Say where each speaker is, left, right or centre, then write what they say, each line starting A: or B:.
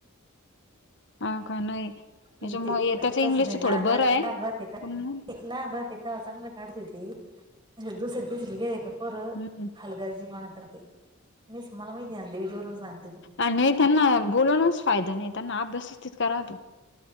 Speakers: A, on the left; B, on the right.
A: हा का नाही त्याच
B: म्हणजे
A: मग
B: ते कसं
A: इंग्लिशच
B: नाही लहान
A: थोडं बरं
B: राह
A: आहे
B: लहान राहते का
A: पण मग.
B: लहान राहते का चांगलं काढते ते दुसरी तिसरी गेले का पोरं
A: हम्म
B: हल. गरजेपणा करते मीच मला माहिती आहे ना देवजीवरून सांगते.
A: आणि नाही त्यांना बोलवणच फायदा नाही त्यांना अभ्यासच तितका करा तो.